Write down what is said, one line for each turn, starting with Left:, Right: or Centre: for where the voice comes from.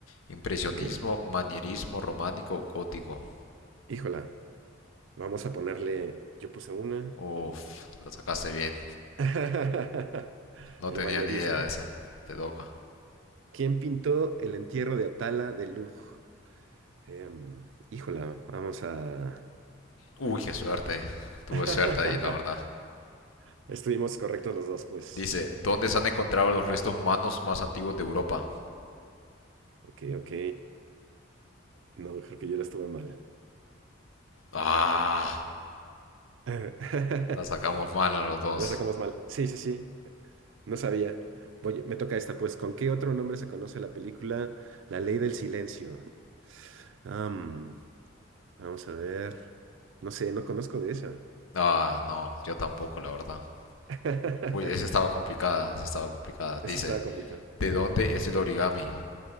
Left: Impresionismo,
Right: Ok,
Left: manierismo, románico, gótico.
Right: híjola. Vamos a ponerle, yo puse una.
Left: Uf, la sacaste bien.
Right: <laughs>
Left: No
Right: El
Left: tenía
Right: manierismo.
Left: ni idea de esa. Te toca.
Right: ¿Quién pintó el entierro de Atala de Lug? Em, híjola, vamos a...
Left: Uy, qué suerte. Tuve
Right: <laughs>
Left: suerte ahí, la verdad.
Right: Estuvimos correctos los dos, pues.
Left: Dice, ¿dónde se han encontrado los restos humanos más antiguos de Europa?
Right: Ok, ok. No, creo que yo la estuve mal.
Left: Ah,
Right: <laughs>
Left: la sacamos mal a los dos.
Right: La sacamos mal. Sí, sí, sí. No sabía. Oye, me toca esta, pues. ¿Con qué otro nombre se conoce la película La Ley del Silencio? Am, vamos a ver. No sé, no conozco de esa.
Left: Ah, no, yo tampoco, la verdad.
Right: <laughs> Ese
Left: Uy, esa estaba complicada, esa estaba complicada. Dice,
Right: estaba complicado.
Left: ¿de dónde es el origami?